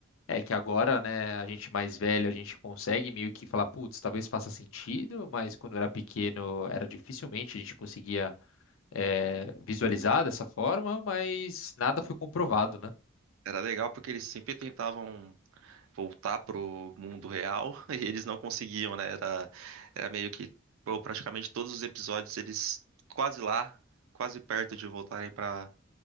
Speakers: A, on the left (about 75°); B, on the right (about 80°).
A: é que agora, né, a gente mais velho, a gente consegue meio que falar, putz, talvez faça sentido, mas quando era pequeno era dificilmente a gente conseguia eh, visualizar dessa forma, mas nada foi comprovado, né?
B: Era legal porque eles sempre tentavam voltar pro mundo real <laughs> e eles não conseguiam, né? Era, era meio que, pô, praticamente todos os episódios eles quase lá, quase perto de voltarem para